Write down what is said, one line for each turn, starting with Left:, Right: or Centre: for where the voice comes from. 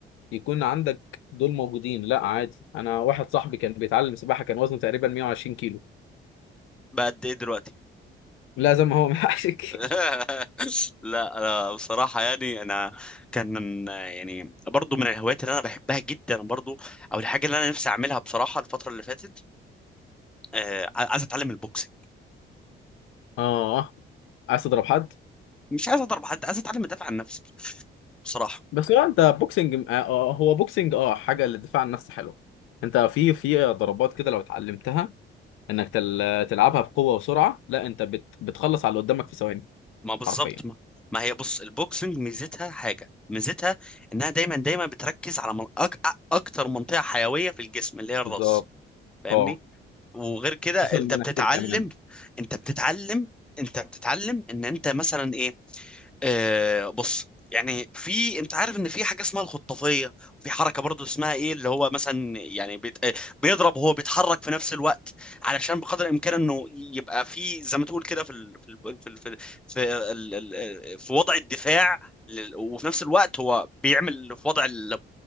Left: يكون عندك دول موجودين لا عادي انا واحد صاحبي كان بيتعلم سباحة كان وزنه تقريبا 120 كيلو
Centre: بقد ايه دلوقتي
Left: لا زي ما هو <laughs> 120 كيلو
Centre: <laughs> لا أنا بصراحة يعني أنا كان من يعني برضو من الهوايات اللي أنا بحبها جدا برضو أو الحاجة اللي أنا نفسي أعملها بصراحة الفترة اللي فاتت آه عايز أتعلم البوكسينج
Left: اه عايز تضرب حد
Centre: مش عايز أضرب حد عايز أتعلم أدافع عن نفسي بصراحة
Left: بس هو انت بوكسنج آه آه، هو بوكسنج اه حاجة للدفاع عن النفس حلوة انت في في ضربات كده لو اتعلمتها انك تل... تلعبها بقوة وسرعة لا انت بت... بتخلص على اللي قدامك في ثواني
Centre: ما بالظبط
Left: حرفيا
Centre: ما ما هي بص البوكسنج ميزتها حاجة ميزتها انها دايما دايما بتركز على من أك... أ- اكتر منطقة حيوية في الجسم اللي هي الراس
Left: بالظبط
Centre: فاهمني
Left: اه
Centre: وغير كده
Left: خصوصا
Centre: انت
Left: المناخير
Centre: بتتعلم
Left: كمان
Centre: انت بتتعلم انت بتتعلم ان انت مثلا ايه آه بص يعني في انت عارف ان في حاجه اسمها الخطافيه في حركه برضو اسمها ايه اللي هو مثلا يعني بيت... آه، بيضرب وهو بيتحرك في نفس الوقت علشان بقدر الامكان انه يبقى في زي ما تقول كده في ال... في ال... في ال... في, ال... في, ال... ال- آه، في وضع الدفاع لل- وفي نفس الوقت هو بيعمل في وضع ال-